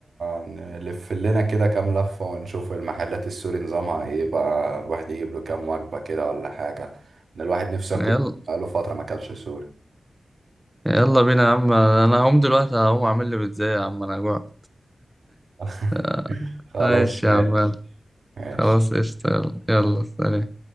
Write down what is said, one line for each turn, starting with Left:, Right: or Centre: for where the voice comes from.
Right: نلف لنا كده كام لفة ونشوف المحلات السوري نظامها ايه بقى الواحد يجيب له كام وجبة كده ولا حاجة ان الواحد نفسه ياكل
Centre: يلا
Right: بقاله فترة ما اكلش سوري
Centre: يلا بينا يا عم انا هقوم دلوقتي هقوم اعمل لي بيتزا يا عم انا جوعت
Right: <laughs>
Centre: آه،
Right: خلاص
Centre: ماشي
Right: ماشي
Centre: يا عم
Right: ماشي
Centre: خلاص قشطة يلا يلا سلام